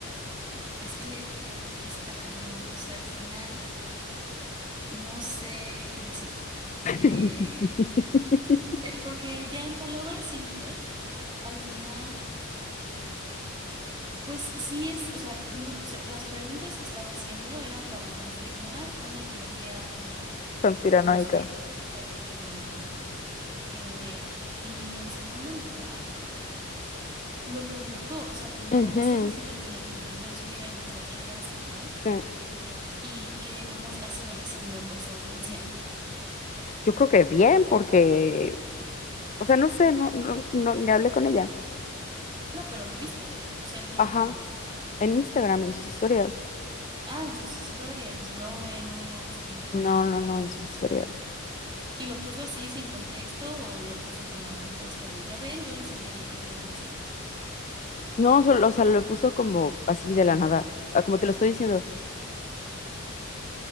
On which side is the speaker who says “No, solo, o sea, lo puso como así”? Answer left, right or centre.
Left